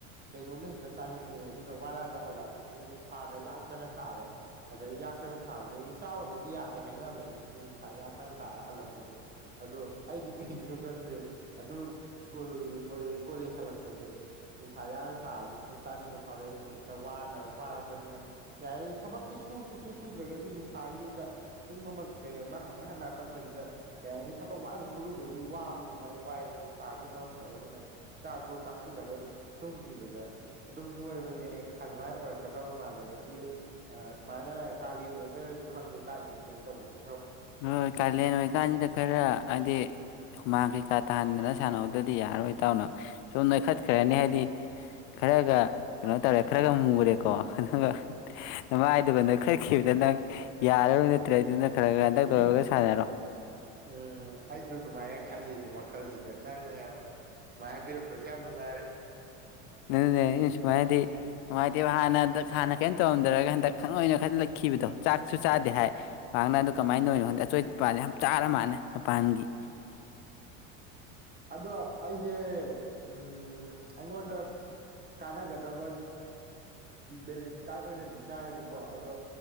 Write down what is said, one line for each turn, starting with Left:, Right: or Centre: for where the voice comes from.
Right: ꯀꯩꯅꯣꯝꯃ ꯍꯦꯛꯇ ꯆꯥꯅꯤꯡꯉꯛꯑꯦ ꯑꯗꯨꯅ ꯋꯥꯔꯒ ꯍꯜꯂꯛꯑꯕꯅꯤꯅ ꯅꯨꯡꯁꯥꯒ ꯌꯥꯛꯇꯅ ꯁꯥꯔꯦ ꯑꯗꯩ ꯌꯥꯛꯇꯅ ꯁꯥꯕꯗꯒꯤ ꯆꯥꯕꯕꯨꯗꯤ ꯌꯥꯗꯦ ꯍꯥꯏꯅꯕꯅꯦ ꯃꯤꯗꯤ ꯅꯨꯡꯁꯥ ꯌꯥꯛꯇꯅ ꯁꯥꯔ ꯍꯜꯂꯛꯄꯖꯦ ꯑꯗꯣ ꯑꯩꯗꯤ ꯀꯩꯒꯤꯅꯣ ꯈꯪꯗꯦ ꯑꯗꯨꯝ ꯁ꯭ꯀꯨꯜ ꯀꯣꯂꯦꯖ ꯀꯣꯂꯦꯖ ꯍꯜꯂꯛꯄꯖꯦ ꯅꯨꯡꯁꯥ ꯌꯥꯛꯅ ꯁꯥꯔꯖꯨ ꯍꯦꯛꯇ ꯆꯥꯅꯤꯡꯕ ꯐꯥꯎꯔꯛꯑꯦ ꯑꯗꯨꯅ ꯍꯦꯛꯇ ꯋꯥꯅ ꯋꯥꯔꯛꯄꯅꯤꯅ ꯀꯩ ꯍꯥꯏꯅꯤ ꯊꯕꯛꯁꯦ ꯁꯨ ꯁꯨꯛꯁꯨ ꯁꯨꯗ꯭ꯔꯒꯁꯨ ꯅꯨꯡꯁꯥꯁꯤꯗ ꯄꯨꯡ ꯑꯃ ꯀꯩ ꯑꯃ ꯍꯟꯒꯠ ꯍꯟꯗ ꯆꯠꯄꯁꯤꯗ ꯀꯩ ꯍꯥꯏꯅꯤ ꯊꯕꯛ ꯋꯥꯅ ꯁꯨꯔꯨꯕꯒꯤ ꯋꯥꯕꯗ ꯑꯗꯨꯃꯥꯏꯅ ꯋꯥꯏꯑꯦꯕ ꯅꯨꯡꯁꯥꯁꯤꯅ ꯃꯔꯝ ꯑꯣꯏꯔꯒ ꯑꯗꯨꯅ ꯆꯥꯛꯇꯣ ꯆꯥꯁꯤꯜꯂꯒ ꯑꯗꯨꯝ ꯇꯨꯝꯈꯤꯕꯗ ꯑꯗꯨꯝ ꯅꯣꯏꯕꯅꯦ ꯑꯗꯨꯃꯥꯏ ꯑꯣꯏꯔꯛꯀꯗꯕ ꯃꯥꯜꯂꯦ ꯑꯗꯒꯤ ꯑ ꯁꯨꯃꯥꯏꯅ ꯀꯥꯂꯦꯟ ꯑꯣꯏꯕꯩꯔꯁꯨ ꯈꯪꯗꯦ ꯇꯥꯏꯠ ꯃꯦꯟꯇꯦꯜ ꯇꯧꯕꯖꯦ
Left: ꯍꯣꯏ ꯀꯥꯂꯦꯟ ꯑꯣꯏꯔꯤ ꯀꯥꯟꯁꯤꯗ ꯈꯔ ꯍꯥꯏꯗꯤ ꯍꯨꯃꯥꯡ ꯀꯩꯀꯥ ꯇꯥꯍꯟꯗꯅ ꯁꯥꯟꯅꯍꯧꯗꯔꯗꯤ ꯌꯥꯔꯔꯣꯏ ꯏꯇꯥꯎ ꯅꯪ ꯁꯨꯝ ꯅꯣꯏꯈꯠꯈ꯭ꯔꯅꯤ ꯍꯥꯏꯗꯤ ꯈꯔꯒ ꯀꯩꯅꯣ ꯇꯧꯔꯦ ꯈꯔꯒ ꯃꯨꯨꯔꯦꯀꯣ ꯑꯗꯨꯒ ꯅꯃꯥꯥꯏꯗꯨꯒ ꯅꯣꯏ ꯈꯠꯈꯤꯕꯗ ꯅꯪ ꯌꯥꯔꯔꯣꯏ ꯅꯠꯇ꯭ꯔꯗꯤ ꯅꯪ ꯈꯔ ꯈꯔ ꯍꯟꯗꯛ ꯇꯧꯔꯒ
Right: ꯎꯝ
Left: ꯁꯥꯟꯅꯔꯣ
Right: ꯑ ꯑꯩꯖꯨ ꯑꯗꯨꯃꯥꯏꯅ ꯈꯜꯂꯤꯅꯦ ꯋꯥꯈꯜꯖꯤꯗ ꯅꯪꯅ ꯌꯥꯝꯅ ꯁꯨꯃꯥꯏꯅ ꯍꯥꯏꯕꯤꯔꯛꯄꯖꯦ ꯌꯥꯝ ꯅꯨꯡꯉꯥꯏꯔꯦ꯫
Left: ꯑꯗꯨꯅꯦ ꯑꯩꯅ ꯁꯨꯃꯥꯏꯅꯗꯤ ꯅꯨꯡꯉꯥꯏꯇꯦꯕ ꯍꯥꯟꯅ ꯍꯥꯟꯅ ꯀꯩꯝ ꯇꯧꯔꯝꯗꯔꯒ ꯍꯟꯗꯛ ꯈꯪꯅꯣꯏ ꯅꯣꯏ ꯈꯠꯂꯛꯈꯤꯕꯗꯣ ꯆꯥꯛꯁꯨ ꯆꯥꯗꯦ
Right: ꯎꯝ
Left: ꯍꯥꯏ ꯄꯥꯛꯅ ꯑꯗꯣ ꯀꯃꯥꯏ ꯅꯣꯢꯔꯤꯅꯣ ꯈꯪꯗꯦ ꯑꯆꯣꯏꯠꯄꯥꯖꯦ ꯌꯥꯝ ꯆꯥꯔ ꯃꯥꯥꯟꯂꯦ ꯃꯄꯥꯟꯒꯤ
Right: ꯑꯗꯣ ꯑꯩꯖꯦ ꯎꯝ ꯑꯩꯉꯣꯟꯗ ꯀꯥꯟꯅꯒꯗꯕ ꯕꯦꯂꯦꯟꯁ ꯗꯥꯏꯠ ꯑꯣꯏꯅꯗꯤ ꯆꯥꯏꯌꯦꯕꯀꯣ ꯑꯗꯣ